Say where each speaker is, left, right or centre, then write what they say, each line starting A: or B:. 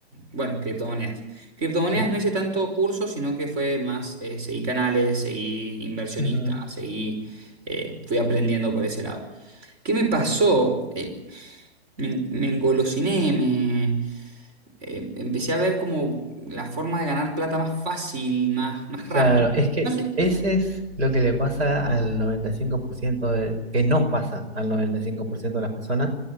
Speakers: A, on the right (about 40°); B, on the right (about 85°).
A: bueno, criptomonedas. Criptomonedas
B: sí,
A: no hice tanto curso, sino que fue más, eh, seguí canales, seguí inversionistas,
B: ujú.
A: seguí, eh, fui aprendiendo por ese lado. ¿Qué me pasó? Eh, me, me engolosiné, me, eh, empecé a ver como la forma de ganar plata más fácil, más, más rápida.
B: Claro, es que
A: No sé.
B: ese es lo que le pasa al 95% de, que nos pasa al 95% de las personas,